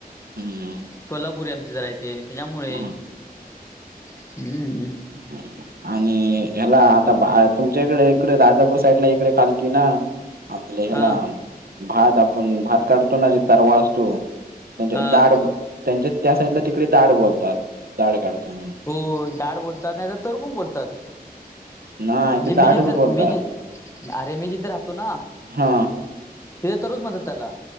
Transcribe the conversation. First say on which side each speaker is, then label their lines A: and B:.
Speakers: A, on the right; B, on the left.
A: हम्म
B: कोल्हापुरी आमची जरा य ते त्याच्यामुळे
A: हम्म
B: हम्म.
A: ह <unintelligible> आणि ह्याला आता तुमच्याकडे इकडे राधापूर साईड ला इकडे खालती ना. आपले ह्याला
B: हा
A: भात आपण भात काढतो ना जे तरवा असतो. त्यांच्या
B: हा
A: दाड त्यांच्या त्या साईडला तिकडे दाड बोलतात दाड काढत म्हण
B: हो दाड बोलतात नाही तर तरु पण बोलतात.
A: नाही
B: म्हणजे
A: ते दाडच
B: मी जिथ
A: बोलतात
B: मी जी अरे मी जिथं राहतो ना.
A: हा.
B: ते तरूच म्हणतात त्याला.